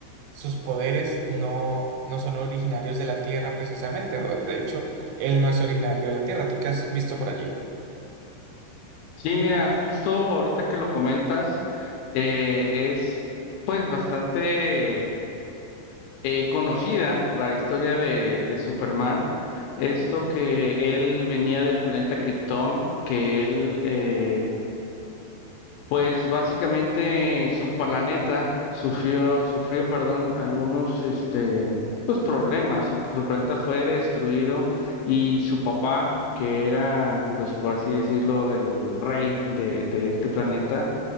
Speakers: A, on the right; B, on the left.
A: sus poderes no, no son originarios de la Tierra precisamente. o De hecho, él no es originario de la Tierra. ¿Tú qué has visto por allí?
B: Sí, mira, justo ahorita que lo comentas, eh, es pues bastante eh, conocida la historia de, de Superman, esto que él venía del planeta Krypton, que él, eh, pues básicamente su planeta sufrió, sufrió, perdón, algunos, este, pues problemas, su, su planeta fue destruido y su papá, que era, pues por así decirlo, el rey de, de este planeta,